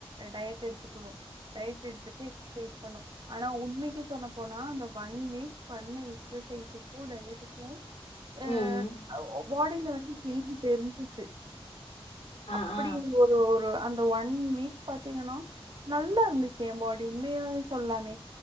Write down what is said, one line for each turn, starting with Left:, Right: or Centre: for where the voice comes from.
Right: டயட் எடுத்துக்கணு டயட் எடுத்துட்டு ஃபேஸ் பண்ணு ஆனா உண்மைக்கு சொல்ல போனா அந்த ஒன் வீக் பண்ண எக்சசைசுக்கு டயட்டுக்கு ய
Left: ம்
Right: பாடில வந்து செஞ்சு தெரிஞ்சிச்சு
Left: ஆ
Right: அப்டி
Left: ஆ
Right: ஒரு ஒ ரு அந்த ஒன் வீக் பாத்தீங்கன்னா நல்லா இருந்துச்சு எ பாடி உண்மையாவே சொல்லாமே